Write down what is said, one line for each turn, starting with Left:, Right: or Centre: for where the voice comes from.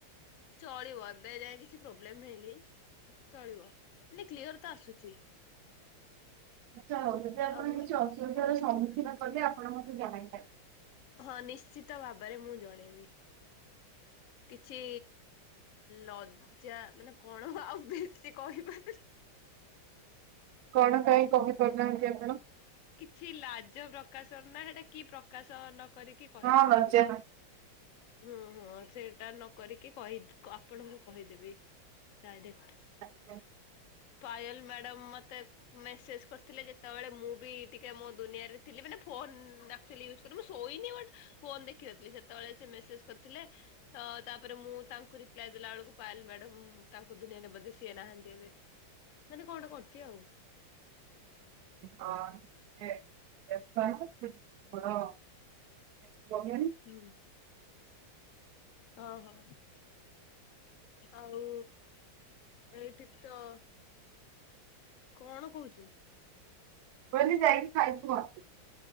Left: ଚଳିବ ଏବେ ଯାଏ କିଛି ପ୍ରୋବ୍ଲେମ ହେଇନି। ଚଳିବ ମାନେ କ୍ଲିୟର ତ ଆସୁଛି?
Right: <inaudible> ଆଛା ହଉ ଯଦି ଆପଣ
Left: ଆଉ
Right: କିଛି ଅସୁବିଧାର ସମ୍ମୁଖୀନ କଲେ ଆପଣ ମତେ ଜଣାଇବେ।
Left: ହଁ ନିଶ୍ଚିତ ଭାବରେ ମୁଁ ଜଣେଇବି। କିଛି ଲ ପୂଜା ମାନେ କଣ ଆଉ ବେଶୀ କହିପାରୁ
Right: କଣ କାହିଁ କହିପାରୁନାହାନ୍ତି ଆମେ
Left: କିଛି ଲାଜ ପ୍ରକାଶନ ନା ସେଟା କି ପ୍ରକାଶ ତା ନ କରିକି କହିପାରିବି
Right: ହଁ ଲଜ୍ୟା
Left: ହୁଁ ହୁଁ ସେଇଟା ନକରିକି କହି ଆପଣଙ୍କୁ କହିଦେବି ଡାଇରେକ୍ଟ।
Right: ଆଜ୍ଞା।
Left: ପାୟଲ ମ୍ୟାଡାମ ମତେ ମେସେଜ କରିଥିଲେ ଯେତେବେଳେ ମୁଁ ବି ଟିକେ ମୋ ଦୁନିଆରେ ଥିଲି। ମାନେ ଫୋନ୍ ଆକଚୁଆଲି ମୁଁ ଶୋଇନି ବଟ୍ ଫୋନ ଦେଖିନଥିଲି ସେତେବେଳେ ସେ ମେସେଜ କରିଥିଲେ। ତ ତାପରେ ମୁଁ ତାଙ୍କୁ ରିପ୍ଲାଏ ଦେଲା ବେଳକୁ ପାୟଲ ମ୍ୟାଡ଼ାମ ତାଙ୍କୁ ଦୁନିଆରେ ବଧେ ସିଏ ନାହାନ୍ତି ଏବେ। ମାନେ କଣ ଗୋଟେ କରୁଛି ଆଉ।
Right: ହଁ। <unintelligible> <unintelligible>
Left: ହୁଁ ଓ ହୋ। ଆଉ ଏଇଠି ତ କଣ କହୁଚୁ?
Right: କହିଲି ଯାଇକି ଖାଇଚୁ କଣ?